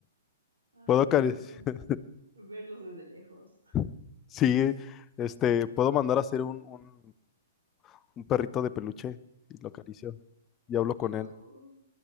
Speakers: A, on the right (about 85°); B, on the left (about 25°).
A: Ay,
B: Puedo acariciar,
A: no. Verlos desde lejos.
B: <laughs> sí, este, puedo mandar a hacer un, un, un perrito de peluche y lo acaricio y hablo
A: No.
B: con él.